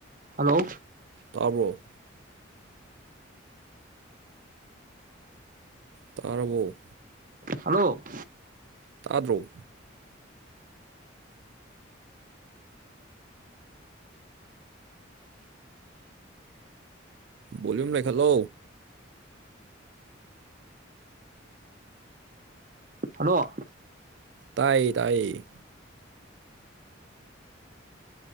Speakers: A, on the right; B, on the right.
A: Hello
B: ꯇꯥꯕꯣ ꯇꯥꯔꯕꯣ
A: hello
B: ꯇꯥꯗ꯭ꯔꯣ ꯚꯣꯂꯌꯨꯝ ꯂꯩꯈꯠꯂꯣ
A: ꯍꯜꯂꯣ
B: ꯇꯥꯏꯌꯦ ꯇꯥꯏꯌꯦ